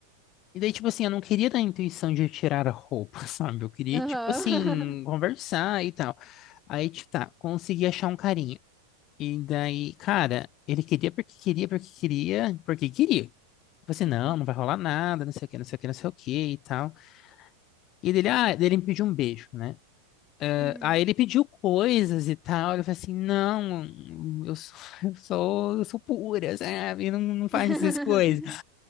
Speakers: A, on the left (about 35°); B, in the centre.
A: E daí, tipo assim, eu não queria dar a intuição de tirar a roupa, <laughs> sabe? Eu queria,
B: Aham.
A: tipo assim, conversar e tal. Aí, tipo, tá, consegui achar um carinha. E daí, cara, ele queria porque queria, porque queria, porque queria. Eu falei assim, não,
B: <laughs>
A: não vai rolar nada, não sei o que, não sei o que, não sei o que e tal. E dele, ah, dele me pediu um beijo, né?
B: Uhum.
A: Aí ele pediu coisas e tal. Eu falei assim, não, eu sou, <laughs> eu sou, eu sou pura, sabe? Não, não faz
B: <laughs>
A: essas coisas.